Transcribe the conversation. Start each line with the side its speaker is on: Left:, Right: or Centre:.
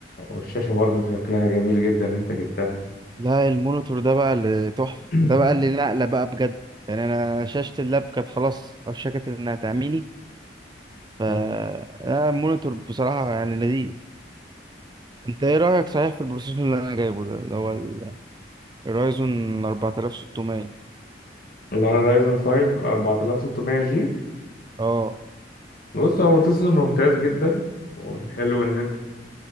Left: والشاشة برضو شكلها جميل جدا ان انت جبتها
Right: لا المونيتور ده بقى اللي تحفه
Left: <clears throat>
Right: ده بقى اللي نقله بقى بجد يعني انا شاشه اللاب كانت خلاص اوشكت انها تعميني ف لا،
Left: آه.
Right: المونيتور بصراحه يعني لذيذ انت ايه رايك صحيح في البروسيسور اللي انا جايبه ده اللي هو ال- الرايزون 4600
Left: اللي على رايزن 5 4600 جي
Right: اه
Left: بص هو بروسيسور ممتاز جدا والحلو ان